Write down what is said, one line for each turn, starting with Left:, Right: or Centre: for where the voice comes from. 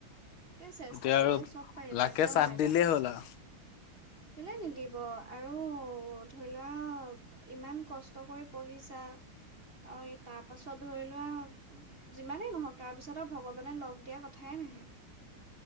Right: এইটোৱে চেষ্টা
Left: এতিয়া
Right: কৰিলে
Left: আৰু
Right: চব পাৰিবা
Left: লাকে
Right: কিয়
Left: চাট
Right: নোৱাৰিবা।
Left: দিলেই হ'ল আৰু।
Right: কেলে নিদিব আৰু ধৰি লোৱা ইমান কষ্ট কৰি পঢ়িছা অ ই তাৰ পাছত ধৰি লোৱা যিমানেই নহওক তাৰপিছত ভগৱানে লগ দিয়া কথাই নাহে